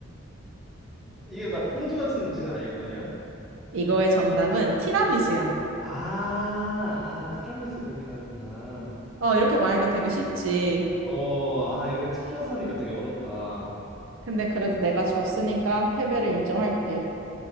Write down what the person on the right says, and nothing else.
이거의 정답은 티라미수야.
어, 이렇게 말하니까 되게 쉽지.
근데 그래도 내가 졌으니까 패배를 인정할게.